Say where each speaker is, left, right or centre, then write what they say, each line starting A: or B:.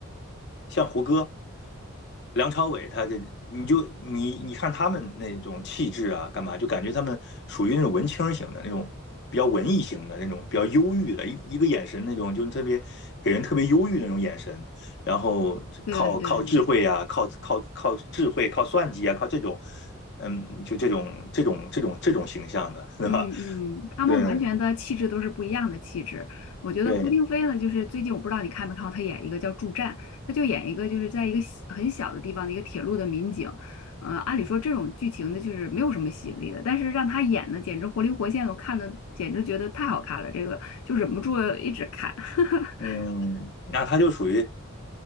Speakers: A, on the left; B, on the left.
A: 像胡歌、梁朝伟，他这你就你你看他们那种气质啊，干嘛就感觉他们属于那种文青型的那种，比较文艺型的那种，比较忧郁的，一一个眼神那种，就是特别给人特别忧郁的那种眼神。然后靠靠智慧啊，
B: 对对对。
A: 靠靠靠智慧，靠算计啊，靠这种，嗯，就这种这种这种这种形象的，对吧？
B: 嗯嗯，他们完全的气质都是不一样的气质。
A: 对
B: 我觉得郭京飞呢，
A: 对，
B: 就是最近我不知道你看没看过，他演一个叫《助战》，他就演一个就是在一个小很小的地方的一个铁路的民警。呃，按理说这种剧情呢，就是没有什么吸引力的，但是让他演的简直活灵活现的，我看的简直觉得太好看了，这个就忍不住一直看。<laughs>
A: 嗯，那他就属于。